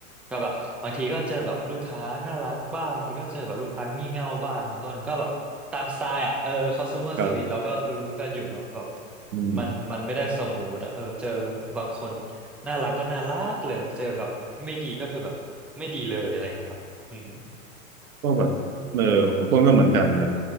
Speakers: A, in the centre; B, on the right (about 75°).
A: ก็แบบบางทีก็เจอแบบลูกค้าน่ารักบ้างบางทีก็เจอแบบลูกค้างี่เง่าบ้างคุณต้นก็แบบตามสไตล์อ่ะเออ consumer
B: ครับ
A: service เราก็รู้ๆกันอยู่เนาะแบบ
B: อืม
A: มันมันไม่ได้สมูทอะเออเจอบางคนน่ารักก็น่ารักเลยเจอแบบไม่ดีก็คือแบบไม่ดีเลยอะไรเงี้ยครับอืม
B: ก็แบบเออผมต้นก็เหมือนกันแบบ